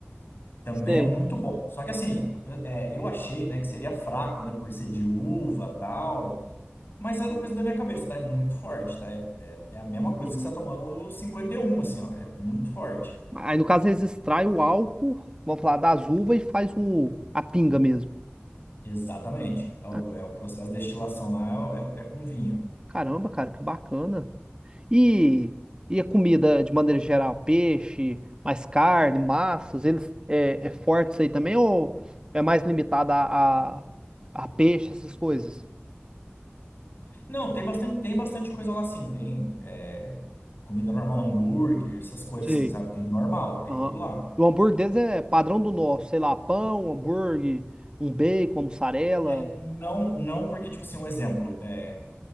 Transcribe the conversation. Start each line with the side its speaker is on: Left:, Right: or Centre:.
Left: Também
Right: Sei.
Left: é muito bom. Só que assim, eu, pe- é, eu achei, né, que seria fraco, né, por ser de uva tal. Mas era uma coisa da minha cabeça, tá? É muito forte, tá? É, é, é a mesma coisa
Right: Uhum.
Left: que você tá tomando o 51 assim, ó. É muito forte.
Right: Aí, no caso, eles extraem o álcool, vamos falar, das uvas e faz o, a pinga mesmo.
Left: Exatamente. É o,
Right: Ah,
Left: é o processo de destilação lá é, é é com vinho.
Right: caramba, cara, que bacana. E, e a comida, de maneira geral, peixe, mais carne, massas, eles é, é forte isso aí também ou é mais limitada a, a, a peixe, essas coisas?
Left: Não, tem bastante, tem bastante coisa lá sim. Tem é, comida normal, hambúrguer, essas coisas
Right: Sei.
Left: assim, sabe? Tem normal, tem
Right: Aham.
Left: tudo lá.
Right: O hambúrguer deles é padrão do nosso, sei lá, pão, hambúrguer, um bacon, uma mussarela.
Left: É, não, não porque, tipo assim, um exemplo, é,